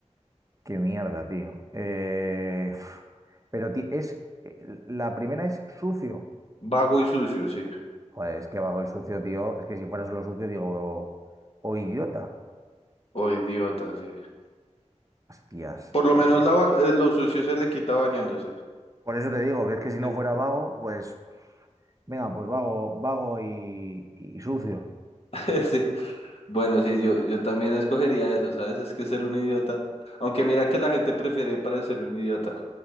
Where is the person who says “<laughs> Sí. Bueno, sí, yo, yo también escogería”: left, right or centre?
Left